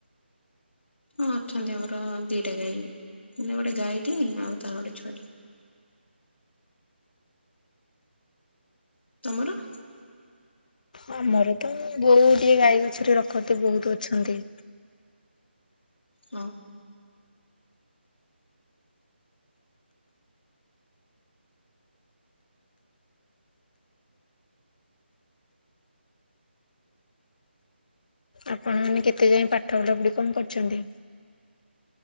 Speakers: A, on the left; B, on the left.
A: ହଁ ଅଛନ୍ତି ଆମର ଦିଟା ଗାଈ ମାନେ ଗୋଟେ ଗାଈଟି ଆଉ ତାର ଗୋଟେ ଛୁଆଟେ। ତମର।
B: ଆମର ତ ବୋହୁତ ଗୁଡାଏ ଗାଈ ବାଛୁରୀ ରଖନ୍ତି ବହୁତ ଅଛନ୍ତି।
A: ହଁ
B: ଆପଣ ମାନେ କେତେ ଯାଏ ପାଠ ପଢ଼ା ପୁଢି଼ କଣ କରୁଛନ୍ତି?